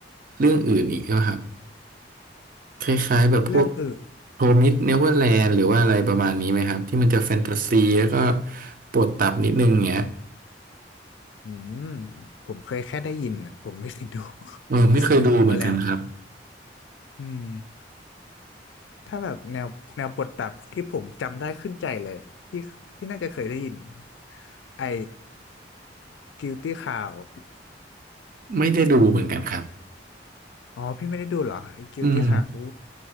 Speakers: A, on the right; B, on the left.
A: เรื่องอื่นอีกนะครับคล้ายๆแบบพวก
B: เรื่องอื่น
A: โรมิดเนเวอร์แลนด์หรือว่าอะไรประมาณนี้ไหมครับที่มันจะแฟนตาซีแล้วก็ปวดตับนิดนึงเงี้ย
B: อืมผมเคยแค่ได้ยินอ่ะผมไม่เคยดู <laughs>
A: เออไม่เคยดูเหมือนกันครับ
B: ผมมี n e v e r l a แ d อืมถ้าแบบแนวแนวบทตัดที่ผมจำได้ขึ้นใจเลยที่ที่น่าจะเคยได้ยินไอ้ Guilty Crown
A: ไม่ได้ดูเหมือนกันครับ
B: อ๋อพี่ไม่ได้ดูเหรอไอ้ Guilty
A: อืม
B: Crown โอ้